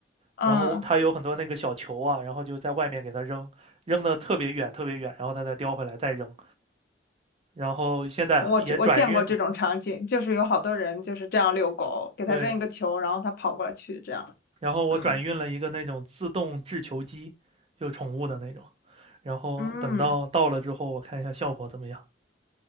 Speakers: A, on the left; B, on the right.
A: 嗯，
B: 然后他有很多那个小球啊，然后就在外面给他扔，扔的特别远特别远，然后他再叼回来再扔。然后现在也转运，
A: 我这我见过这种场景，就是有好多人就是这样遛狗，给它扔一个球，
B: 对，
A: 然后它跑过来去，这样，
B: 然后我转运了一个那种自动制球机，
A: 嗯
B: 就宠物的那种。然后等到到了之后，
A: 嗯，
B: 我看一下效果怎么样。